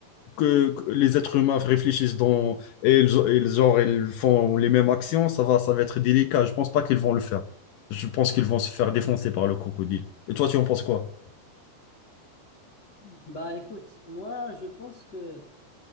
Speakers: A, on the left; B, on the left.
A: que, que les êtres humains réfléchissent dans, et ils, ils- genre, ils font les mêmes actions, ça va, ça va être délicat. Je pense pas qu'ils vont le faire. Je pense qu'ils vont se faire défoncer par le crocodile. Et toi, tu en penses quoi?
B: Bah écoute, moi je pense que